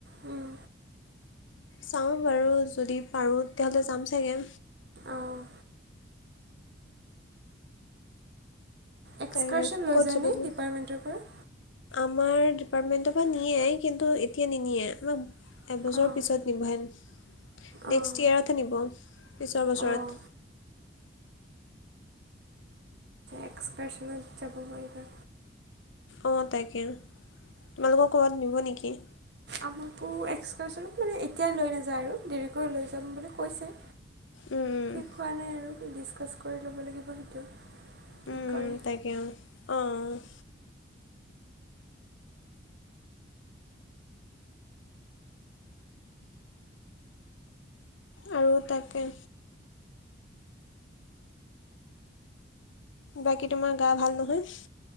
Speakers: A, on the right; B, on the left.
A: উম
B: চাওঁ বাৰু যদি পাৰোঁ তেতিয়াহ'লে যাম চাগে।
A: অঁ এক্সকাৰচন
B: তাকে
A: লৈ
B: ক'ত
A: যানে
B: যাবা তুমি
A: ডিপাৰ্টমেণ্টৰ পৰা?
B: আমাৰ ডিপাৰ্টমেণ্টৰ পৰা নিয়ে কিন্তু এতিয়া নিনিয়ে আমাৰ এবছৰৰ
A: অঁ
B: পিছত নিব হেন
A: অঁ
B: নেক্সট ইয়েৰত নিব, পিছৰ বছৰত
A: অঁ এক্সক্ৰশনত যাব পাৰিবা।
B: অৱ তাকে, তোমালোকৰ ক'ৰবাত নিব নেকি?
A: আমাকো এক্সকাৰচনত মানে এতিয়াই লৈ নাযায় আৰু দেৰিকৈ লৈ যাম বুলি কৈছে।
B: উম, উম,
A: ঠিক হোৱা নাই আৰু ডিছকাছ কৰি ল'ব লাগিব সেইটো। কি
B: উম
A: কৰে
B: উম তাকে অৱ, অৱ'-অৱ। আৰু তাকে। বাকী তোমাৰ গা ভাল নহয়।